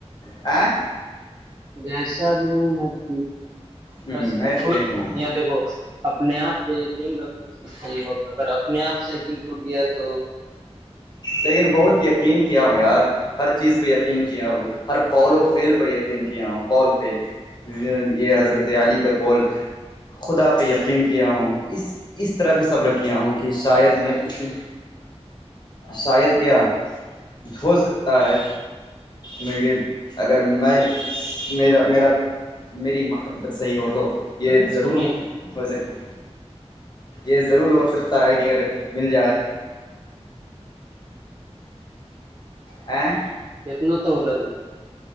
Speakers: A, on the left; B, on the right.
A: ا
B: جیسا بھی ہوں میں ٹھیک
A: میں
B: بس خود
A: ٹھیک ہوں
B: دیکھو اپنی اپنے آپ پہ یقین رکھو سب صحیح ہوگا اگر اپنے آپ سے یقین ٹوٹ گیا تو
A: لیکن بہت یقین کیا ہوں یار ہر چیز پہ یقین کیا ہوں ہر قول و فیل پہ یقین کیا ہوں قول ف یہ حضرت علی کا کول خدا پہ یقین کیا ہوں اس اس طرح بھی سب رکھ ہوں کہ شاید میں ات شاید کیا ہوھ سکتا ہے میکے اگر میں میرا میرا میری محبت صحیح ہو تو یہ
B: تو سنیا
A: ضرور ہو سکتی یہ ضرور ہو سکتا ہے کہ اگر مل جائے آ
B: کتنا تو ل